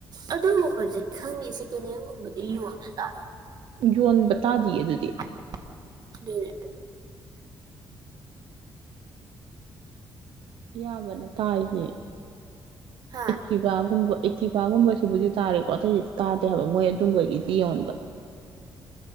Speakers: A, on the right; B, on the right.
A: ꯑꯗꯨꯒꯨꯝꯕꯖꯤ ꯈꯪꯉꯤ ꯁꯦꯀꯦꯟ ꯍꯦꯟꯒꯨꯝꯕꯗꯤ ꯌꯣꯟꯗ ꯖꯥꯠꯂꯣ
B: ꯌꯣꯟꯕ ꯇꯥꯗꯤꯌꯦ ꯑꯗꯨꯗꯤ
A: <unintelligible> <inaudible>
B: ꯢꯌꯥꯝꯕꯅ ꯇꯥꯏꯌꯦ
A: ꯍꯥ
B: ꯑꯦꯛꯇꯤꯚꯥꯒꯨꯝꯕ ꯑꯦꯛꯇꯤꯚꯥꯒꯨꯝꯕꯁꯤꯕꯨꯗꯤ ꯇꯥꯔꯦꯀꯣ ꯑꯇꯩꯗꯤ ꯇꯥꯗꯦ ꯍꯥꯏꯕ ꯃꯣꯢ <inaudible> ꯌꯣꯟꯕ